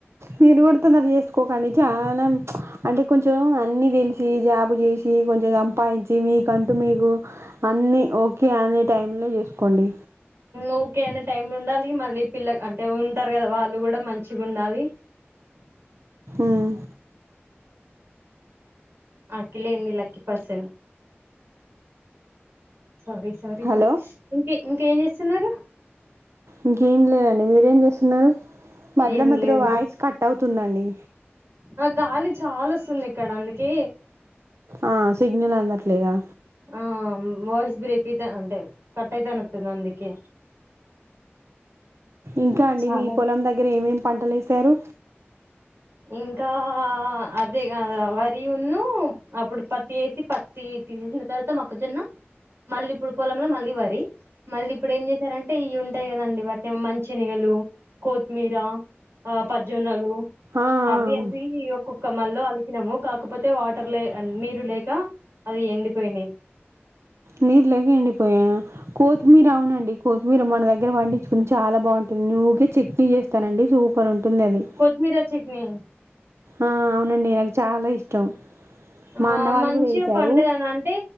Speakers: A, on the right (about 85°); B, on the right (about 65°).
A: మీరు కూడా తొందరగా చేసుకోకండి చనం ప్చ్ అంటే కొంచెం అన్నీ తెలిసి జాబు చేసి కొం సంపాదించి మీకంటూ మీకు అన్ని ఓకే అనే టైం లో చేసుకోండి
B: ఓకే అనే టైమ్ ఉండాలి మళ్ళీ పిల్ల అంటే ఉంటారు కదా వాళ్ళు కూడా మంచిగా ఉండాలి
A: ఉమ్
B: ఆకిలేంది lucky person sorry sorry
A: hello
B: sorry ఇంక ఇంక ఏం చేస్తున్నారు
A: ఇంకేం లేదండి మీరేం చేస్తున్నారు మధ్యలో
B: ఏం
A: మధ్యలో
B: లేదు
A: వాయిస్ కట్ అవుతుందండి
B: ఆ గాలి చాలా వస్తుంది ఇక్కడ అందుకే
A: ఆ సిగ్నల్ అందట్లేదా
B: ఆ వాయిస్ బ్రేక్ అయితే అంటే కట్ అయితన్నటుంది అందుకే
A: ఇంకా అండి
B: చాలా
A: మీ పొలం దగ్గర ఏమేమి పంటలు వేశారు
B: ఇంకా అదే వరి ఉన్న అప్పుడు పత్తి వేసి పత్తి వేసిన తర్వాత మొక్కజొన్న మళ్ళీ ఇప్పుడు పొలంలో మళ్ళీ వరి మళ్ళీ ఇప్పుడు ఏం చేశారంటే ఇవి ఉంటాయి కదండి వాటిని మంచిని వె ళ్ళు కొత్తిమీర ఆ పజ్జనోలు
A: ఆ
B: అవి అవి ఒక్కొక్క మళ్ళ కలిపినం కాకపోతే నీరు లేక అది ఎండిపోయినాయి
A: నీరు లేకే ఎండిపోయాయ కోత్తిమీరా అవునండి కోతి మీరు మన దగ్గర పండించుకుని చాలా బాగుంటుంది ఊకే చట్నీ చేస్తానండి సూపర్ ఉంటుంది అది
B: కోత్తి మీరా చక్నీ
A: ఆ అవునండి నాకు చాలా ఇష్టం
B: ఆ
A: మా అన్న వాళ్ళు
B: మంచిగా
A: కూడా వేసారు
B: పండినవి అంటే